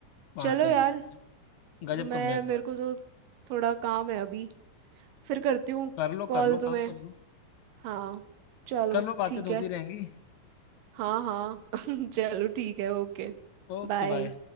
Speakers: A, on the left; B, on the right.
A: वाकई
B: चलो यार
A: में गजब गजब
B: मैं
A: कमबैक
B: मेरे
A: हुआ है
B: को तो थोड़ा काम है अभी फिर करती हूँ
A: कर लो
B: कॉल
A: कर लो
B: तुम्हें
A: काम कर लो
B: हाँ चलो
A: कर लो बातें
B: ठीक
A: तो होती
B: है
A: रहेंगी
B: हाँ हाँ <laughs> चलो ठीक है ओके
A: Okay
B: बाय
A: bye